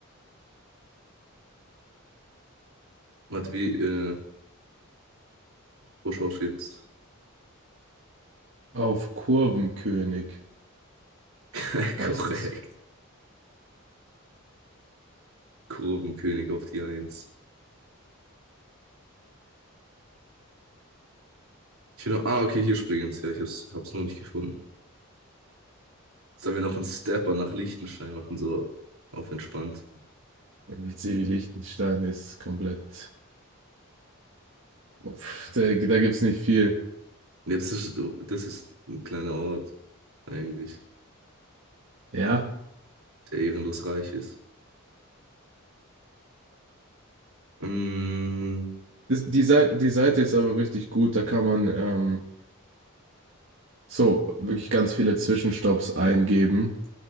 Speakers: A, on the right; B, on the right.
A: Warte, wie, äh, wo schaust du jetzt?
B: auf Kurvenkönig.
A: <laughs>
B: heißt
A: Korrekt.
B: es.
A: Kurvenkönig auf die Eins. Ich will noch, ah, okay, hier springen's. Ja, ich hab's, hab's nur nicht gefunden. Sollen wir noch einen Stepper nach Liechtenstein machen, so auf entspannt?
B: LC wie Liechtenstein ist komplett. Uff, da da gibt es nicht viel.
A: Ja, das ist, das ist ein kleiner Ort, eigentlich,
B: Ja.
A: der ehrenlos reich ist. Mm,
B: Das, die, Seite, die Seite ist aber richtig gut. Da kann man ähm, so wirklich ganz viele Zwischenstopps eingeben